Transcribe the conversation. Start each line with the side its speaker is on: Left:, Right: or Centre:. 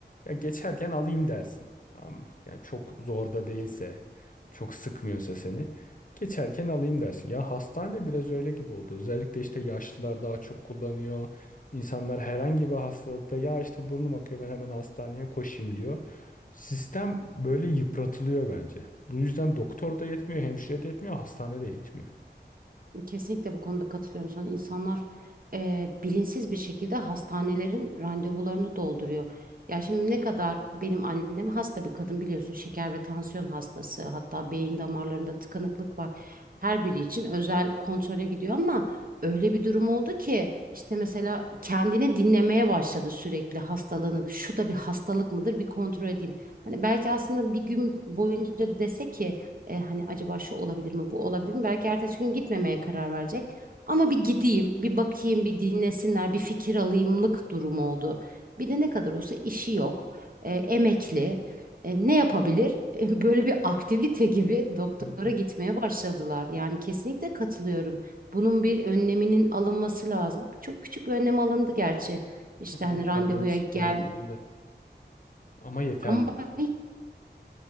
Left: ya geçerken alayım dersin. Ama yani çok zor da değilse, çok sıkmıyorsa seni geçerken alayım dersin. Ya hastane biraz öyle gibi oldu. Özellikle işte yaşlılar daha çok kullanıyor. İnsanlar herhangi bir hastalıkta ya işte burnum akıyor ben hemen hastaneye koşayım diyor. Sistem böyle yıpratılıyor bence. Bu yüzden doktor da yetmiyor, hemşire de yetmiyor, hastane de yetmiyor.
Right: Kesinlikle bu konuda katılıyorum sana. İnsanlar e, bilinçsiz bir şekilde hastanelerin randevularını dolduruyor. Ya şimdi ne kadar benim annem hasta bir kadın biliyorsun şeker ve tansiyon hastası hatta beyin damarlarında tıkanıklık var. Her biri için özel kontrole gidiyor ama öyle bir durum oldu ki işte mesela kendini dinlemeye başladı sürekli hastalığını. Şu da bir hastalık mıdır bir kontrol edeyim. Hani belki aslında bir gün boyunca dese ki E, hani acaba şu olabilir mi, bu olabilir mi? Belki ertesi gün gitmemeye karar verecek. Ama bir gideyim, bir bakayım, bir dinlesinler, bir fikir alayımlık durum oldu. Bir de ne kadar olsa işi yok, e, emekli. E, ne yapabilir? <laughs> E, böyle bir aktivite gibi doktora
Left: Evet, evet.
Right: gitmeye başladılar. Yani kesinlikle katılıyorum. Bunun bir önleminin alınması lazım. Çok küçük bir önlem alındı gerçi. İşte
Left: Evet,
Right: hani randevuya
Left: randevu sisteminin
Right: gel.
Left: alındı. Ama yeterli.
Right: Ama
Left: mi?